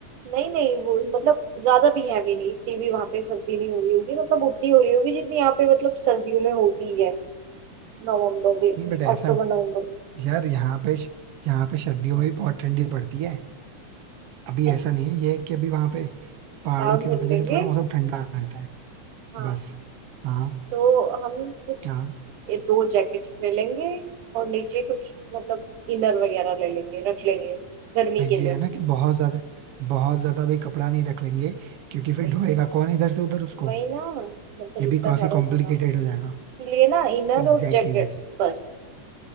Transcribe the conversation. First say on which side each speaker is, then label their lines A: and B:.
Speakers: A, on the right; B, on the right.
A: नहीं नहीं वो मतलब ज्यादा भी हैवी नहीं इतनी भी वहां पे सर्दी नहीं हो रही होगी मतलब उतनी हो रही होगी जितनी यहाँ पे मतलब सर्दियों में होती है नवंबर भी
B: नहीं बट ऐसा
A: अक्टूबर
B: न-
A: नवंबर
B: यार यहाँ पे यहाँ पे सर्दियों में भी बहुत ठंडी पड़ती है अभी
A: में।
B: ऐसा नहीं है ये है कि अभी वहां पे पहाड़ों
A: काम
B: की
A: कर
B: वजह
A: लेंगे
B: से थोड़ा मौसम ठंडा रहता है
A: हाँ
B: बस हाँ
A: तो हम कुछ
B: क्या
A: ये दो जैकेट्स ले लेंगे और नीचे कुछ मतलब इनर वगैरह ले लेंगे रख लेंगे गर्मी
B: भाई, ये
A: के लिए
B: है ना कि बहुत ज्यादा बहुत ज्यादा भी कपड़ा नहीं रख लेंगे क्योंकि फिर
A: वही
B: ढोएगा
A: वही
B: कौन इधर से उधर उसको
A: वही ना मतलब
B: ये
A: इतना
B: भी काफी
A: सारा
B: कॉम्प्लिकेटेड
A: सामान
B: हो जाएगा
A: लिए ना इनर
B: Exactly
A: और जैकेट्स
B: exactly.
A: बस